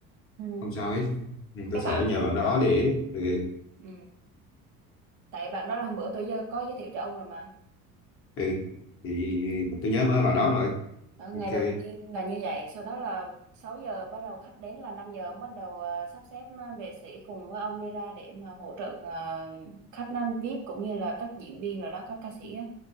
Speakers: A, on the right; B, on the left.
A: Ừ.
B: không sao hết ừ, tôi
A: cái
B: sẽ
A: bạn
B: nhờ bạn đó để ừ,
A: ừ. tại bạn đó là hôm bữa tôi giới- có giới thiệu cho ông rồi mà
B: ừ thì tôi nhớ bà bà đó rồi
A: Đó, ngày
B: ok
A: đầu tiên là như vậy sau đó là 6 giờ bắt đầu khách đến là 5 giờ ông bắt đầu à, sắp xếp à, vệ sĩ cùng với ông đi ra để mà hỗ trợ à, khách nam VIP cũng như là các diễn viên rồi đó các ca sĩ á,